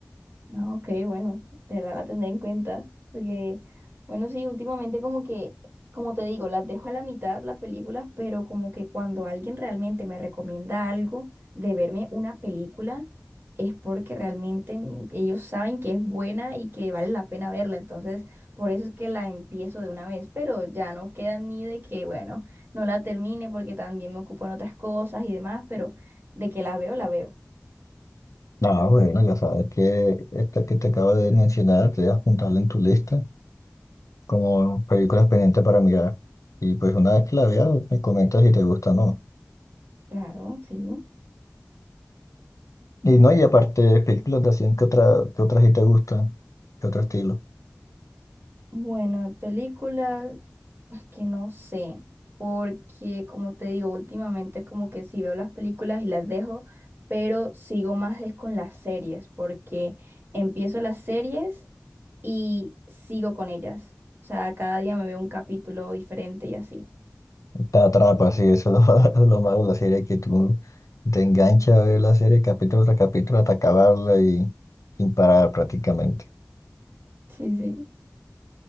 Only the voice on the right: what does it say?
Ah, Ok, bueno, de verdad la tendré en cuenta, porque, bueno, sí, últimamente como que, como te digo, las dejo a la mitad las películas, pero como que cuando alguien realmente me recomienda algo de verme una película, es porque realmente mm, ellos saben que es buena y que vale la pena verla, entonces por eso es que la empiezo de una vez, pero ya no queda ni de que, bueno, no la termine porque también me ocupo en otras cosas y demás, pero de que la veo, la veo.
Claro, sí.
Bueno, de películas, pues que no sé, porque como te digo, últimamente como que sí veo las películas y las dejo, pero sigo más es con las series, porque empiezo las series y sigo con ellas. O sea, cada día me veo un capítulo diferente y así.
Sí, sí,